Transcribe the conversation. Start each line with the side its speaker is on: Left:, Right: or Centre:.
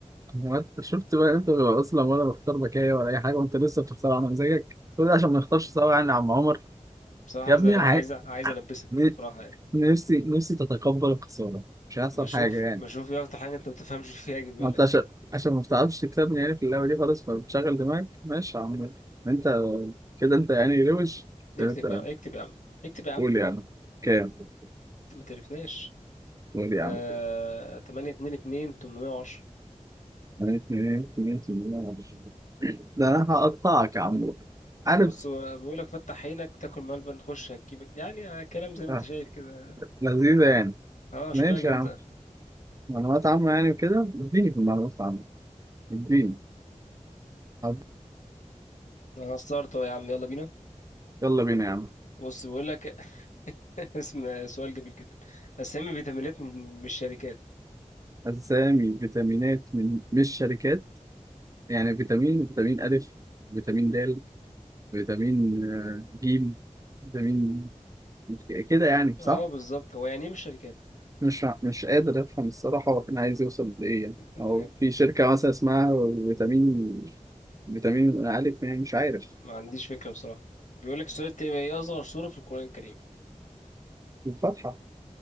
Right: هو انت شفت بقى انت اصلا ولا بختار بكاية ولا اي حاجه وانت لسه بتختار على مزاجك كل ده عشان ما نختارش سوا يعني يا عم عمر
Left: بصراحه
Right: يا
Left: عايز
Right: ابني
Left: أنا
Right: عا-
Left: عايز عايز البسك
Right: ن-
Left: بصراحه يعني
Right: نفسي نفسي تتقبل الخساره مش هيحصل
Left: بشوف
Right: حاجه يعني
Left: بشوف ايه اكتر حاجه انت ما بتفهمش فيها اجيبها
Right: ما
Left: لك
Right: انت عشان عشان ما بتعرفش تكسبني يعني في اللعبه دي خالص فبتشغل دماغك ماشي يا عم انت كده انت يعني روش
Left: اكتب
Right: كده. انت
Left: يا عم اكتب يا عم اكتب يا عم
Right: قول يا عم كام
Left: انت ما تعرفناش
Right: قول يا
Left: آه...
Right: عم
Left: 8 2 2 810
Right: انا اتنين اتنين اتنين معرفش. ده انا هقطعك يا عم عارف
Left: بص هو بيقولك فتح عينك تاكل ملبن نخش هتجيبك يعني كلام زي ما
Right: آه،
Left: انت شايف كده
Right: لذيذه يعني
Left: اه شكلها
Right: ماشي
Left: جامدة
Right: يا عم معلومات عامه يعني كده اديني في المعلومات العامه اديني حاضر.
Left: انا هستارت اهو يا عم يلا بينا
Right: يلا بينا يا عم
Left: بص بيقولك <laughs> اسم سؤال جميل جدا اسامي فيتامينات من من الشركات
Right: أسامي فيتامينات من مش شركات يعني فيتامين فيتامين ألف فيتامين د فيتامين آه، ج فيتامين كده يعني
Left: اه
Right: صح؟
Left: بالظبط هو يعني ايه من الشركات
Right: مش مش قادر افهم الصراحه هو كان عايز يوصل لايه يعني
Left: <laughs>
Right: هو في شركه مثلا اسمها فيتامين فيتامين الف يعني مش عارف
Left: ما عنديش فكرة بصراحة بيقولك السؤال التاني ايه اصغر سورة في القرآن الكريم
Right: الفاتحه